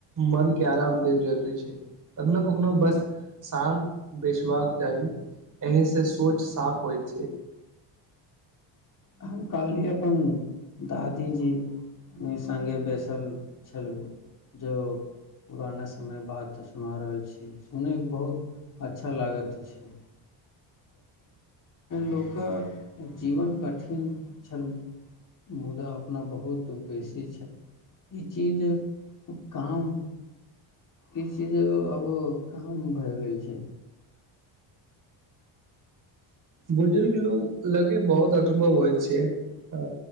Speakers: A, on the right; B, on the left.
A: मनके आराम देब जरूरी छै कखनो कखनो बस शान्त बइसबाक चाही एहिसँ सोच साफ होइत छै
B: हम कहली अपन दादीजी ई सङ्गे बैसल छलहु जो पुराना समय बात सुना रहल छी सुनयके बहुत अच्छा लागत छै लोक जीवन कठिन छल मुदा अपना बहुत बेसी छल ई चीज काम ई चीज आबो काम भए गेल छै
A: बुजुर्ग लोग लगे बहुत अनुभव होय छै आ